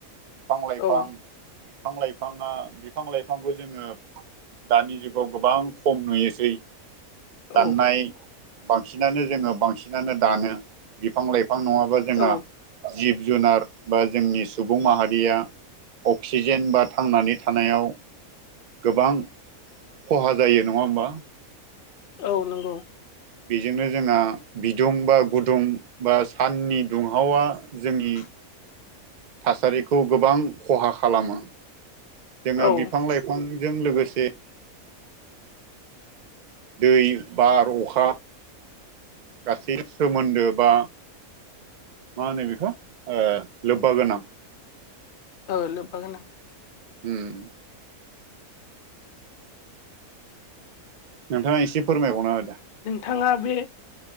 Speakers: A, on the right (about 70°); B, on the left (about 70°).
A: बिफां लाइफां
B: औ
A: बिफां लाइफाङा बिफां लाइफांखौ जोङो दानि जुगाव गोबां खम नुयोसै
B: औ
A: दाननाय बांसिनानो जोङो बांसिनानो दानो बिफां बिफां नङाबा जोंहा
B: औ
A: जिब जुनार बा जोंनि सुबुं माहारिया अक्सिजेन बा थांनानै थानायाव गोबां खहा जायो नङा होमबा
B: औ नंगौ
A: बेजोंनो जोंहा बिदुं बा गुदुं बा साननि दुंहावा जोंनि
B: <inaudible>
A: थासारिखौ गोबां खहा खालामो जोंहा
B: औ
A: बिफां लाइफांजों लोगोसे दै बार अखा गासै सोमोन्दो बा मा होनो बेखौ ओ लोबबा गोनां
B: औ लोबबा गोनां
A: उम नोंथाङा एसे फोरमायबावनो हो दे
B: थाङा बे